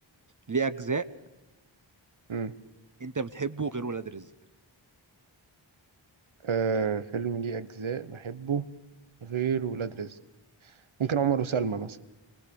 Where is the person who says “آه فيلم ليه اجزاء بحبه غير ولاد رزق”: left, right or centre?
Right